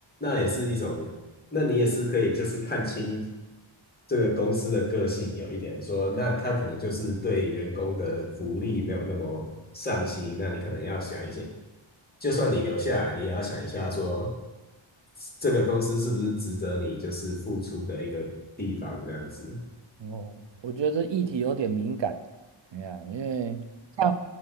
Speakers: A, on the left; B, on the right.
A: 那也是一种，那你也是可以就是看清这个公司的个性有一点说，那他可能就是对员工的福利没有那么上心，那你可能要想一些，就算你留下来，你也要想一下说，这个公司是不是值得你就是付出的一个地方这样子。
B: 哦，我觉得这议题有点敏感。哎呀，因为像